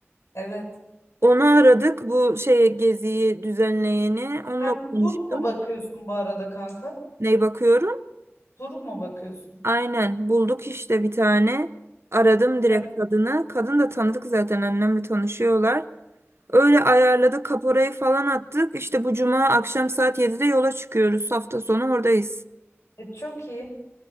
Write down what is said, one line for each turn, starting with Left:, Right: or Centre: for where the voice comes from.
Left: Evet.
Right: Onu aradık. Bu şey geziyi düzenleyeni. Onunla
Left: Sen
Right: konuştum.
Left: tur mu bakıyorsun bu arada kanka?
Right: Ney bakıyorum?
Left: Tur mu bakıyorsun?
Right: Aynen bulduk işte bir tane. Aradım direkt
Left: Evet.
Right: kadını. Kadın da tanıdık zaten annemle tanışıyorlar. Öyle ayarladık kaporayı falan attık. İşte bu cuma akşam saat 7'de yola çıkıyoruz. Hafta sonu oradayız.
Left: e, Çok iyi.